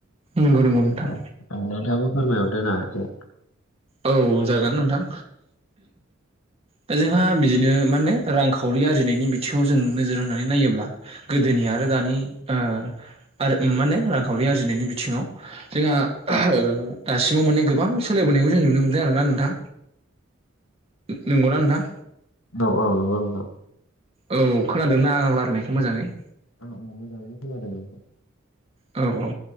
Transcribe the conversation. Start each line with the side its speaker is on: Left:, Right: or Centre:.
Right: नंगौ नंगौ नोंथां
Left: औ नोंथाङाबो फोरमायहर दो नाङ एसे
Right: औ जागोन नोंथां दा जोंहा बिदिनो मा होनो रांखावरि आरजिनायनि बिथिङाव जों नोजोर होनानै नायोब्ला गोदोनि आरो दानि ओ आरो माने रांखावरि आरजिनायनि बिथिङाव जोंहा ओ दासिमाव मानेबां सोलायबोनायखौ जों नुनो नोंदो आरोना नोंथां नंगौना नोंथां
Left: औ औ नोंगौ नोंथां
Right: औ खोनादों ना आं रायजायनायखौ मोजाङै
Left: औ औ मोजाङैनो खोनादों नोंथां
Right: औ औ